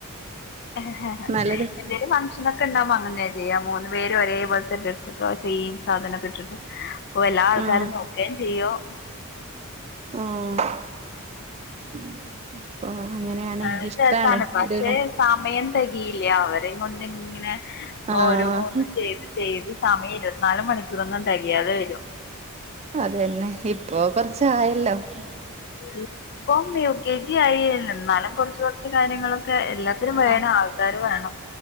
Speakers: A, on the left (about 45°); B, on the right (about 30°).
A: <unintelligible>
B: നല്ല രസാണ്
A: എന്തേലും വ ഫക്ശനൊകെ ണ്ടാവുമ്പോ അങ്ങനെയാചെയ്യാമൂന്ന് പേരും ഒരേപോലത്തെ ഡ്രസ്സൊ ക്കെ ഇട്ടിട് സെയിം സാധനമൊക്കെ ഇട്ടിട്ട് പ്പൊ എല്ലാ ആൾക്കാരും
B: ആഹ്
A: നോക്കേം ചെയ്യും
B: ആഹ് <unintelligible> ഓ.. അങ്ങനെണ്,
A: നല്ല
B: ഇഷ്ടാണ്.
A: രസാണ്. പക്ഷേ
B: ഒരു
A: സമയം തെകയില്ല. അവരേം കൊണ്ട് ഇങ്ങനെ,
B: ആഹ്
A: ഓരോന്ന് ചെയ്ത്, ചെയ്ത്- സമയം, ഇരുവത്തിനാൽ മണിക്കൂറൊന്നും തെകയാതെ വരും.
B: അതന്നെ. ഇപ്പൊ കൊറച്ച് ആയല്ലോ. !
A: ഇപ്പം യു കെ ജി ആയി. എന്നാലും, കൊറച്ച് കൊറച്ച് കാര്യങ്ങളൊക്കെ എല്ലാ <unintelligible>
B: ആഹ്
A: വേണം ആൾക്കാര് വേണം.